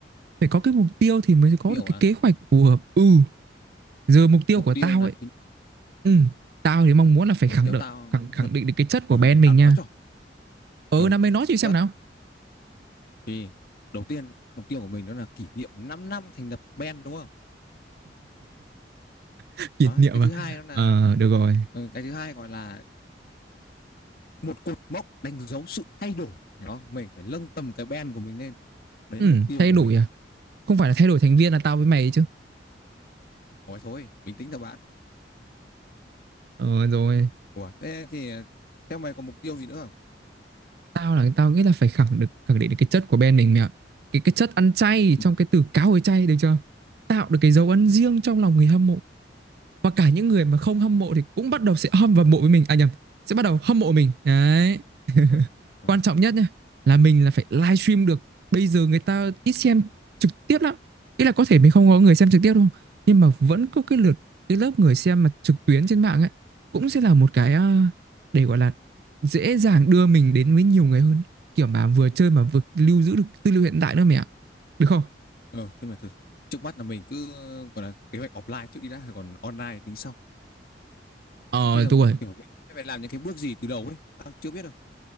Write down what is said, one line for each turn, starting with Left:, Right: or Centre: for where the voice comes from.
Right: Phải có cái mục tiêu thì mới có
Left: tiêu
Right: được cái
Left: à
Right: kế hoạch phù hợp. Ừ, giờ mục tiêu
Left: mục
Right: của
Left: tiêu
Right: tao
Left: là
Right: ấy.
Left: thứ...
Right: Ừ, tao thì mong muốn là phải
Left: ừ,
Right: khẳng
Left: theo
Right: định
Left: tao
Right: khẳng, khẳng
Left: thật
Right: định được cái chất của
Left: ờ,
Right: band
Left: thôi để tao
Right: mình
Left: nói
Right: nha.
Left: cho
Right: Ừ,
Left: ừ
Right: năm mày nói chị xem
Left: chất
Right: nào.
Left: thì đầu tiên mục tiêu của mình đó là kỷ niệm 5 năm thành lập band đúng không
Right: <laughs> Kỷ
Left: Đấy,
Right: niệm
Left: cái thứ
Right: à?
Left: hai đó là
Right: Ờ, được rồi.
Left: ừ, cái thứ hai gọi là một cột mốc đánh dấu sự thay đổi đó mình phải nâng tầm cái band của mình lên đấy
Right: Ừ,
Left: là mục tiêu
Right: thay
Left: của
Right: đổi
Left: mình đấy
Right: à? Không phải là thay đổi thành viên là tao với mày chứ.
Left: Ôi thôi bình tĩnh thôi bạn
Right: Ờ, rồi.
Left: Ủa thế thì ờ, theo mày còn mục tiêu gì nữa không
Right: tao là tao nghĩ là phải khẳng được khẳng định được cái chất của bên mình mẹ ạ. cái cái chất ăn chay
Left: Ừ.
Right: trong cái từ cá hồi chay được chưa tạo được cái dấu ấn riêng trong lòng người hâm mộ và cả những người mà không hâm mộ thì cũng bắt đầu sẽ hâm và mộ với mình à nhầm sẽ bắt đầu hâm mộ mình đấy
Left: Ôi, ừ.
Right: quan trọng nhất nhá là mình là phải livestream được bây giờ người ta ít xem trực tiếp lắm ý là có thể mình không có người xem trực tiếp đâu nhưng mà vẫn có cái lượt cái lớp người xem mà trực tuyến trên mạng ấy cũng sẽ là một cái ờ, để gọi là dễ dàng đưa mình đến với nhiều người hơn kiểu mà vừa chơi mà vừa lưu giữ được tư liệu hiện tại nữa mẹ ạ được không
Left: Ờ, thế mà thật- trước mắt là mình cứ gọi là kế hoạch offline trước đi đã, rồi còn online tính sau.
Right: ờ
Left: Bây giờ
Right: đúng rồi
Left: kiểu mình sẽ phải làm những cái bước gì từ đầu ấy, tao chưa biết đâu.